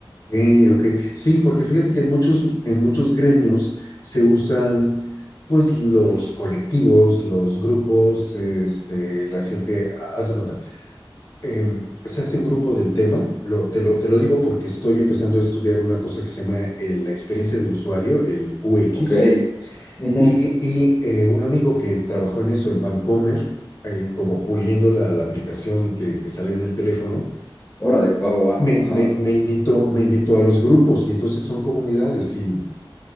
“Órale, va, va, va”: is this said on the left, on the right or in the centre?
Left